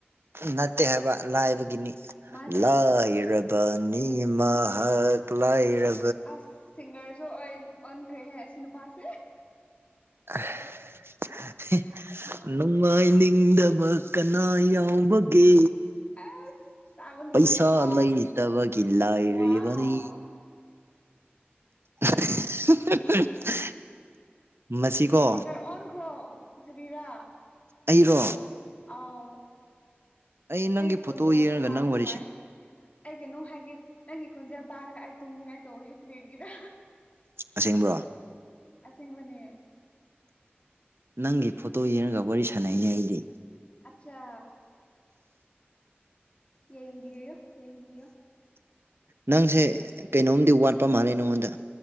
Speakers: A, on the right; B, on the left.
A: ꯅꯠꯇꯦ ꯍꯥꯏꯕ ꯂꯥꯏꯕꯒꯤꯅꯤ
B: ꯃꯥꯅꯦ
A: ꯂꯥꯏꯔꯕ ꯕꯅꯤ ꯃꯍꯥꯛ ꯂꯥꯏꯔ
B: ꯑꯁ ꯁꯤꯡꯒꯔꯁꯨ ꯑꯣꯏ ꯑꫭꯟꯈ꯭ꯔꯦꯍꯦ ꯑꯁꯤ ꯅꯨꯄꯥꯁꯦ
A: <unintelligible> ꯅꯨꯡꯉꯥꯏꯅꯤꯡꯗꯕ ꯀꯅꯥ ꯌꯥꯎꯕꯒꯦ
B: ꯑꯁ ꯇꯥꯕ ꯅꯨꯡꯉꯥꯏꯀꯣ
A: ꯄꯩꯁꯥ ꯂꯩꯇꯕꯒꯤ ꯂꯥꯏꯔꯤꯕꯅꯤ
B: ꯋꯥꯎ
A: <unintelligible> ꯃꯁꯤꯀꯣ
B: ꯁꯤꯡꯒꯔ ꯑꯣꯟꯈ꯭ꯔꯣ ꯀꯔꯤꯔ
A: ꯑꯩꯔꯣ
B: ꯑꯥꯎ
A: ꯑꯩ
B: ꯅꯪꯒꯤ
A: ꯐꯣꯇꯣ
B: ꯈꯣꯟꯖꯦꯜꯁꯦ
A: ꯌꯦꯡꯉꯒ
B: ꯇꯥꯕ
A: ꯅꯪ ꯋꯥꯔꯤ
B: ꯅꯨꯡꯉꯥꯏ ꯑꯩ ꯀꯩꯅꯣꯝ ꯍꯥꯏꯒꯦ ꯅꯪꯒꯤ ꯈꯣꯟꯖꯦꯜ ꯇꯥꯔꯒ ꯑꯩ ꯇꯨꯝꯅꯤꯡꯉꯥꯏ ꯇꯧꯋꯦ ꯀꯩꯒꯤꯔꯥ
A: ꯑꯁꯦꯡꯕ꯭ꯔꯣ
B: ꯑꯁꯦꯡꯕꯅꯦ
A: ꯅꯪꯒꯤ ꯐꯣꯇꯣ ꯌꯦꯡꯉꯒ ꯋꯥꯔꯤ ꯁꯥꯟꯅꯩꯅꯦ ꯑꯩꯗꯤ
B: ꯑꯆꯥ ꯌꯦꯡꯕꯤꯌꯣ ꯌꯦꯡꯕꯤꯌꯣ
A: ꯅꯪꯁꯦ ꯀꯩꯅꯣꯝꯗꯤ ꯋꯥꯠꯄ ꯃꯥꯜꯂꯦ ꯅꯪꯉꯣꯟꯗ